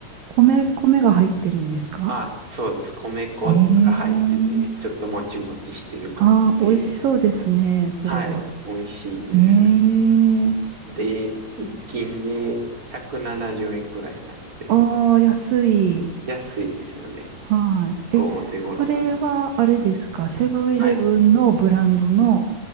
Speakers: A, on the right; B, on the right.
A: 米、米が入ってるんですか
B: あ、そうです。米粉が入ってて、
A: ええ
B: ちょっともちもちしてる感じで、
A: ああ、美味しそうですね、それは。
B: はい、美味しいんです。
A: ええ
B: で、一斤で170円くななじゅうえんくらいなので、
A: ああ、安い。
B: 安いですよね。
A: はい。
B: 結構お手頃かなと。
A: え、それはあれですかセブンイレブンのブランドの
B: はい。